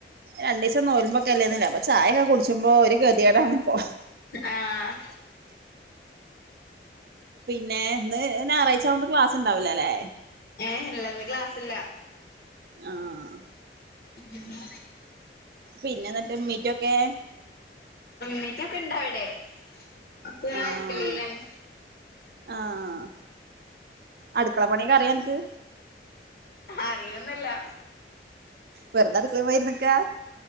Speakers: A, on the right; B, on the left.
A: രണ്ട് ദിവസം നോൽമ്പോക്ക- അല്ലന്നല്ലോ അപ്പ ചായൊക്കെ- കുടിച്ചുമ്പോ ഒരു ഗതിഏടാണിപ്പോ.
B: ആഹ്,
A: പിന്നെ ഇന്ന് ഞായറാഴ് ആയോണ്ട്- ക്ലാസ് ഇണ്ടാവൂല അല്ലേ.
B: ഏഹ് ഇല്ല ഇന്ന് ക്ലാസ്സില്ല.
A: ആഹ്,
B: <inaudible>
A: പിന്നെ, മീറ്റൊക്കെ
B: മീറ്റൊക്കെ ഇണ്ടാ അവിടെ? അപ്പൊ ഞാൻ
A: ആഹ്,
B: അടുക്കളയിലാണ്
A: ആഹ്, അടുക്കള പ- ക്കെ അറിയ അനക്ക്.
B: അറിയൊന്നുല്ല.
A: വെറതടുക്കളെ പോയിരുന്ന്ക്ക.